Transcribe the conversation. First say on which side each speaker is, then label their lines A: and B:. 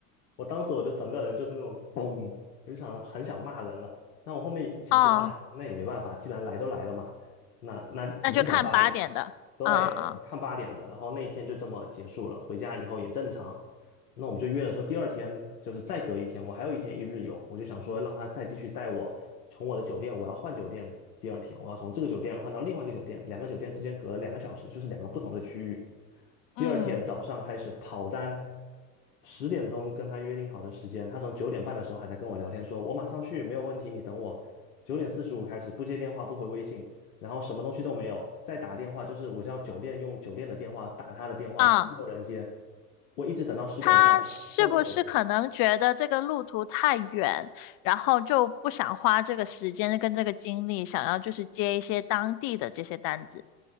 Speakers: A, on the left; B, on the left.
A: 我当时我就整个人就是那种嘣，我就想着很想骂人了。那我后面想说，
B: 啊，
A: 哎，那也没办法，既然来都来了嘛，那那只能等八点。
B: 那就看八点的，
A: 对，
B: 啊啊，
A: 我看八点的，然后那一天就这么结束了。回家以后也正常，那我们就约了说第二天就是再隔一天，我还有一天一日游，我就想说让他再继续带我从我的酒店，我要换酒店，第二天我要从这个酒店换到另外一个酒店，两个酒店之间隔了两个小时，就是两个不同的区域。第二天早上开始跑单，
B: 嗯
A: 十点钟跟他约定好的时间，他从九点半的时候还在跟我聊天说，我马上去，没有问题，你等我。九点四十五开始不接电话不回微信，然后什么东西都没有，再打电话就是我叫酒店用酒店的电话打他的电话都没有人接，
B: 啊。
A: 我一直等到十点半都没有人接。
B: 他是不是可能觉得这个路途太远，然后就不想花这个时间跟这个精力，想要就是接一些当地的这些单子？